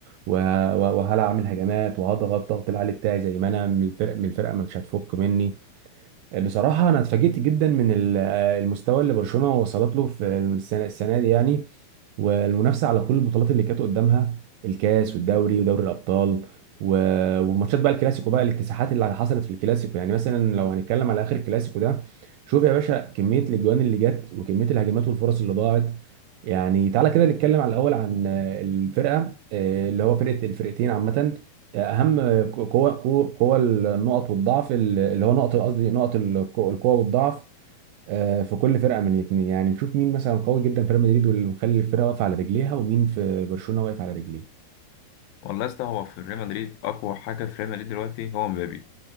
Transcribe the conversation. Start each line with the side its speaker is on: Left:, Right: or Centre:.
Right: وه... وهلعب اعمل هجمات وهضغط ضغط العالي بتاعي زي ما انا من الفرقه من الفرقه مش هتفك مني بصراحة أنا اتفاجئت جدا من ال- المستوى اللي برشلونة وصلت له في السنة السنة دي يعني والمنافسة على كل البطولات اللي كانت قدامها الكاس والدوري ودوري الأبطال و- وماتشات بقى الكلاسيكو بقى الاكتساحات اللي حصلت في الكلاسيكو يعني مثلا لو هنتكلم على آخر الكلاسيكو ده شوف يا باشا كمية الأجوان اللي جت وكمية الهجمات والفرص اللي ضاعت يعني تعالى كده نتكلم على الأول عن الفرقة آه، اللي هو فرقة الفرقتين عامة اهم قوه قوه قوة النقط والضعف اللي هو نقط قصدي نقط القو- القوه والضعف آه، في كل فرقه من الاثنين يعني نشوف مين مثلا قوي جدا في ريال مدريد واللي مخلي الفرقه واقفه على رجليها ومين في برشلونه واقف على رجليه
Left: والله يا اسطى هو في ريال مدريد اقوى حاجه في ريال مدريد دلوقتي هو مبابي